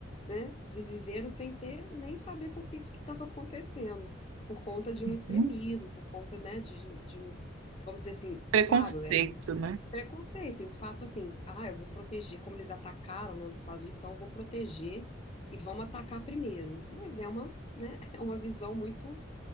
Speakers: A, on the left (about 30°); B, on the right (about 80°).
A: né, desviveram sem ter nem saber por que que estava acontecendo, por conta de um extremismo,
B: Uhum.
A: por conta, né, de, de um, de um- vamos dizer assim,
B: Preconceito,
A: claro, é,
B: né?
A: Preconceito, e o fato assim, ah, eu vou proteger, como eles atacaram, né, os Estados Unidos, então eu vou proteger e vamos atacar primeiro. Mas é uma, né, <laughs> é uma visão muito